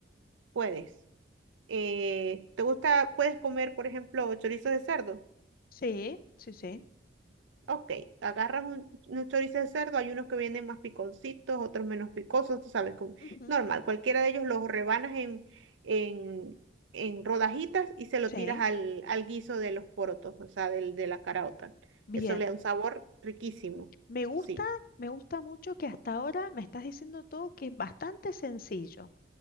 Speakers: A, on the right (about 80°); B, on the left (about 50°).
A: puedes. Eh, ¿te gusta, puedes comer, por ejemplo, chorizo de cerdo?
B: Sí, sí, sí.
A: Ok, agarras un, un chorizo de cerdo, hay unos que vienen más piconcitos, otros menos picosos, tú sabes, como,
B: ujú,
A: normal, cualquiera de ellos los rebanas en, en, en rodajitas y se lo
B: Sí,
A: tiras al, al guiso de los porotos, o sea, del, de la caraota.
B: bien.
A: Eso le da un sabor riquísimo,
B: Me gusta,
A: sí.
B: me gusta mucho que hasta ahora me estás diciendo todo que es bastante sencillo.